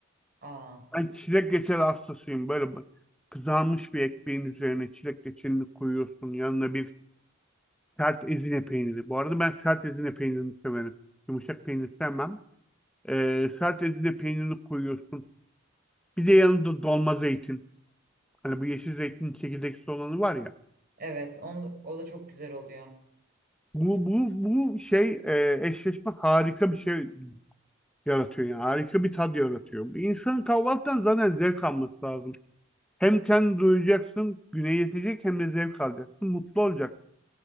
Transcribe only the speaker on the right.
Aa.
Evet, on, o da çok güzel oluyor.